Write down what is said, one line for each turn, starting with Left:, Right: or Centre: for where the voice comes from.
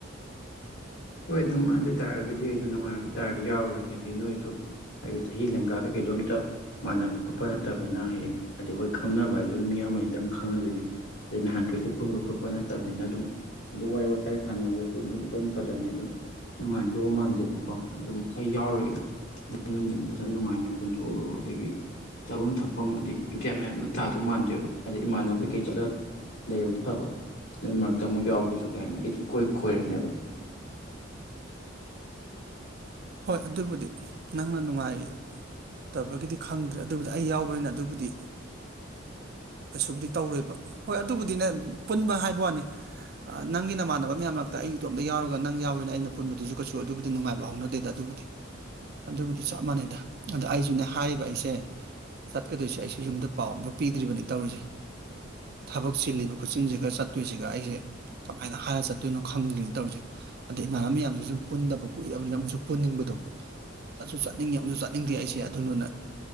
Left: ꯍꯣꯏ ꯑꯗꯨꯝ ꯑꯗꯨ ꯑꯣꯏꯇꯥꯥꯔꯒꯗꯤ ꯑꯩꯗ ꯅꯨꯡꯉꯥꯏꯔ ꯑꯗꯨ ꯇꯥꯔꯗꯤ ꯌꯥꯎꯔꯒꯦ ꯑꯗꯩ ꯅꯣꯏꯁꯨ ꯑꯩ ꯆꯍꯤ ꯂꯒꯥꯥꯛ ꯀ ꯀꯩꯗꯣꯝꯇ ꯃꯥꯟꯅꯕ ꯈꯣꯠꯄ ꯅꯠꯇꯕꯅꯤꯅ ꯍꯌꯦꯡ ꯍꯥꯏ ꯍꯣꯏ ꯈꯪꯅꯕ ꯍꯥꯏꯁꯨ ꯃꯤ ꯑꯃꯅꯤꯗꯪ ꯈꯪꯅꯗꯣꯏꯅꯤ ꯑꯗꯩ ꯅꯍꯥꯟꯈꯩꯁꯨ ꯄꯨꯟꯕ ꯈꯣꯠꯄ ꯅꯠꯇꯕꯅꯤꯅ ꯑꯗꯨꯝ ꯑꯩ ꯋꯥꯔꯤ ꯋꯥꯇꯥꯏ ꯁꯥꯟꯅꯕꯗꯁꯨ ꯑꯗꯨꯝ ꯏꯄꯟ ꯔꯅꯤ ꯑꯗꯨꯝ ꯅꯨꯡꯉꯥꯏꯗꯧ ꯃꯥꯟꯗꯦꯕꯀꯣ ꯑꯗꯨꯝ ꯑꯩ ꯌꯥꯎꯔꯒꯦꯗ ꯅꯣꯏ ꯐꯖꯅ ꯅꯨꯡꯉꯥꯏꯅ ꯄꯨꯟꯊꯣꯛꯎꯔꯨꯔ ꯑꯗꯒꯤ ꯆꯥꯐꯝ ꯊꯛꯐꯝ ꯑꯗꯒꯤꯒꯦꯝ ꯃꯌꯥꯝꯗ ꯇꯥꯗꯧ ꯃꯥꯟꯗꯦꯕ ꯑꯗꯩ ꯏꯃꯥꯟꯅꯕ ꯀꯩꯀꯩ ꯆꯠꯂ ꯂꯩꯕꯗꯤ ꯐꯕ ꯑꯗꯨꯒꯤ ꯃꯔꯛꯇ ꯑꯃꯨꯛ ꯌꯥꯎꯗ꯭ꯔꯁꯨ ꯀꯩ ꯍꯥꯏꯅꯤ ꯑꯩꯁꯨꯦ ꯏꯀꯣꯏ ꯈꯣꯏꯔꯅꯦꯕ
Right: ꯍꯣꯏ ꯑꯗꯨꯕꯨꯗꯤ ꯅꯪꯅ ꯅꯨꯡꯉꯥꯏ ꯇꯕꯒꯤꯗꯤ ꯈꯪꯗ꯭ꯔꯦ ꯑꯗꯨꯕꯨꯗꯤ ꯑꯩ ꯌꯥꯎꯕꯅꯤꯅ ꯑꯗꯨꯕꯨꯗꯤ ꯀꯩꯁꯨꯕꯨꯗꯤ ꯇꯧꯔꯨꯕ ꯍꯣꯏ ꯑꯗꯨꯕꯨꯗꯤꯅꯦ ꯄꯨꯟꯕ ꯍꯥꯏꯕ ꯋꯥꯅꯤ ꯅꯪꯒꯤ ꯅꯃꯥꯟꯅꯕ ꯃꯌꯥꯝ ꯂꯛꯇꯥꯏ ꯑꯩ ꯏꯇꯣꯝꯇ ꯌꯥꯎꯔꯒ ꯅꯪ ꯌꯥꯎꯋꯦꯅ ꯑꯩꯅ ꯄꯨꯟꯕꯗꯨꯁꯨ ꯀꯩꯁꯨ ꯑꯗꯨꯕꯨꯗꯤ ꯅꯨꯡꯉꯥꯏꯕ ꯍꯧꯥꯎꯅꯗꯦꯗ ꯑꯗꯨꯕꯨꯗꯤ ꯑꯗꯨꯕꯨꯗꯤ ꯆꯞ ꯃꯥꯟꯅꯩꯗ ꯑꯗ ꯑꯩꯁꯨꯅꯦ ꯍꯥꯏꯔꯤꯕ ꯑꯩꯁꯦ ꯆꯠꯀꯗꯣꯏꯁꯦ ꯑꯩꯁꯨ ꯌꯨꯝꯗ ꯄꯥꯎ ꯑꯝꯗ ꯄꯤꯗ꯭ꯔꯤꯕꯅꯤ ꯇꯧꯔꯤꯁꯦ ꯊꯕꯛ ꯆꯤꯜꯂꯤꯕ ꯈꯣꯠꯆꯤꯟꯁꯤꯒ ꯆꯠꯇꯣꯏꯁꯤꯒ ꯑꯩꯁꯦ ꯀꯃꯥꯏꯅ ꯍꯥꯏꯥꯟꯅ ꯆꯠꯇꯣꯏꯅꯣ ꯈꯪꯗ꯭ꯣꯏꯅ ꯇꯧꯔꯤꯁꯦ ꯑꯗꯩ ꯏꯃꯥꯟꯅꯕ ꯃꯌꯥꯝꯁꯨ ꯁꯨꯝ ꯄꯨꯟꯗꯕ ꯀꯨꯏꯗꯕꯅꯤꯅꯨꯁꯨ ꯄꯨꯅꯤꯡꯕꯗꯣ ꯆꯠꯁꯨ ꯆꯠꯅꯤꯡꯉꯦ ꯑꯃꯨꯛꯁꯨ ꯆꯠꯅꯤꯡꯗꯦ ꯑꯩꯁꯦ ꯑꯗꯨꯗꯨꯅ